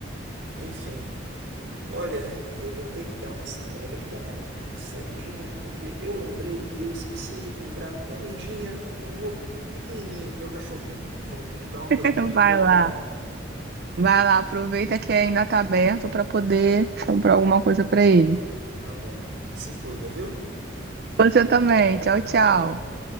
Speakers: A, on the right (about 70°); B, on the right (about 55°).
A: Enfim, olha, eu vou ter que dar uma, sa- eu vou ter que dar uma, uma saidinha, porque eu lembrei que eu esqueci de comprar comidinha pro meu pequenininho, pro meu cachorrinho. Eu vou ter que dar uma
B: <laughs>
A: corridinha
B: Vai
A: no mercado.
B: lá. Vai lá, aproveita que ainda tá aberto pra poder comprar alguma coisa pra ele.
A: Tá bom. Se cuida, viu?
B: Você também. Tchau, tchau.
A: Tchau, tchau.